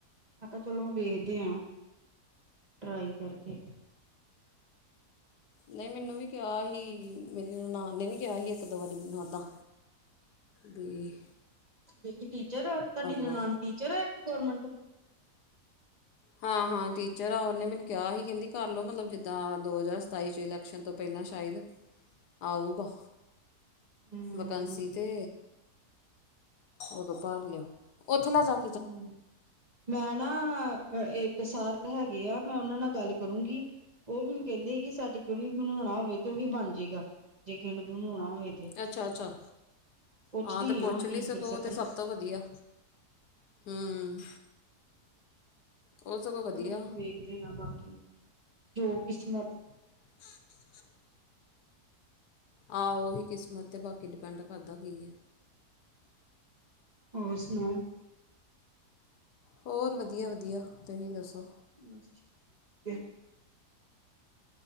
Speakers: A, on the right; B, on the left.
A: ਕਿਹਾ ਚਲੋ ਵੇਖਦੇ ਹਾਂ, ਟਰਾਈ ਕਰਕੇ।
B: ਨਹੀਂ ਮੈਨੂੰ ਵੀ ਕਿਹਾ ਸੀ, ਮੇਰੀ ਨਨਾਨ ਨੇ ਵੀ ਕਿਹਾ ਸੀ ਇੱਕ- ਦੋ ਵਾਰੀ ਮੈਨੂੰ ਏਦਾਂ। ਬੀ
A: ਜਿੜੀ ਟੀਚਰ ਆ ਤੁਹਾਡੀ ਨਨਾਨ,
B: ਲਾ
A: ਟੀਚਰ ਆ ਇੱਕ ਗਵਰਮੈਂਟ।
B: ਹਾਂ- ਹਾਂ ਟੀਚਰ ਆ ਉਹਨੇ ਮੈਨੂੰ ਕਿਹਾ ਹੀ ਕਹਿੰਦੀ ਕਰਲਓ ਮਤਲਬ ਜਿੱਦਾਂ ਦੋ ਹਜ਼ਾਰ ਸਤਾਈ ਚ ਇਲੈਕਸ਼ਨ ਤੋਂ ਪਹਿਲਾਂ ਸ਼ਾਇਦ ਆਊਗਾ।
A: ਹੂੰ
B: ਬਕੰਸੀ ਤੇ ਉਦੋਂ ਭਰ ਲਿਓ, ਉੱਥੇ ਲੈ ਜਾਉ।
A: ਹੂੰ ਮੈਂ ਨਾ ਇੱਕ ਸਾਰ ਹੈਗੇ ਆ ਮੈਂ ਉਹਨਾਂ ਨਾਲ ਗੱਲ ਕਰੂੰਗੀ। ਉਹ ਮੈਂਨੂੰ ਕਹਿੰਦੇ ਕਿ ਸਾਟੀਫਿਕੇਟ ਵੀ ਬਣਉਣਾ ਹੋਵੇ ਤੇ ਉਹ ਵੀ ਬਣ ਜਾਏਗਾ ਜੇ ਕਿਸੇ ਨੇ ਬਣਵਾਉਣਾ ਹੋਵੇ ਤੇ।
B: ਅੱਛਾ- ਅੱਛਾ
A: ਪੁੱਛਦੀ
B: ਹਾਂ ਤਾਂ ਪੁੱਛ
A: ਆ
B: ਲਈ
A: ਕੀ
B: ਸਕੋ
A: ਪ੍ਰੋਸੈਸ
B: ਓਹ ਤਾਂ ਸਭ ਸਭ ਤੋਂ ਵਧੀਆ, ਹੂੰ। ਉਹ ਸਗੋਂ ਵਧੀਆ
A: ਚਲੋ ਵੇਖਦੇ ਹਾਂ ਬਾਕੀ, ਜੋ ਕਿਸਮਤ।
B: ਹਮ <inaudible> ਆਹੋ ਉਹੀ ਕਿਸਮਤ ਤੇ ਬਾਕੀ ਡਿਪੈਂਡ ਕਰਦਾ ਕੀ ਹੈ।
A: ਹੋਰ ਸੁਣਾਓ?
B: ਹੋਰ ਵਧੀਆ- ਵਧੀਆ ਤੁਸੀਂ ਦੱਸੋ?
A: ਬਸ ਠੀਕ ਆ।